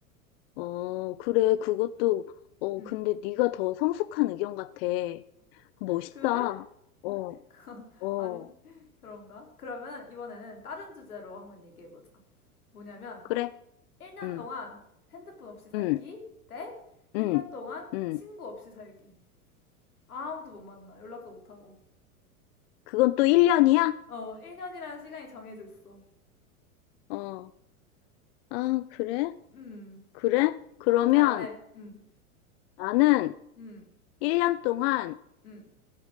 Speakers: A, on the left; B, on the left.
A: 어, 그래, 그것도, 어,
B: 음,
A: 근데 네가 더 성숙한 의견 같아. 멋있다.
B: 그래?
A: 어,
B: <laughs>
A: 어,
B: 아니, 그런가? 그러면 이번에는 다른 주제로 한번 얘기해보자. 뭐냐면,
A: 그래.
B: 1년
A: 응,
B: 동안 핸드폰 없이 살기
A: 응,
B: 대 1년
A: 응,
B: 동안
A: 응.
B: 친구 없이 살기. 아무도 못 만나. 연락도 못 하고.
A: 그건 또 1년이야?
B: 어, 1년이라는 시간이 정해져 있어.
A: 어, 아, 그래?
B: 음,
A: 그래? 그러면
B: 어떻게 할래? 음,
A: 나는
B: 음,
A: 1년 동안
B: 음.